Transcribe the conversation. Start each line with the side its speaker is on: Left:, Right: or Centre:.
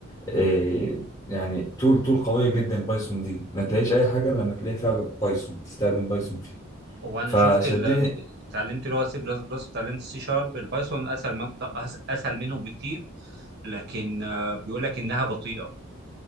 Left: آه، يعني تول تول قوية جدا البايثون دي ما تلاقيش أي حاجة إلا لما تلاقي فيها بايثون تستخدم بايثون فيها
Right: وانا
Left: فشدني
Right: شفت ال... اتعلمت لغه سي بلس بلس وتعلمت سي شارب البايثون اسهل منطق... اسهل منهم بكتير لكن آه، بيقول لك انها بطيئه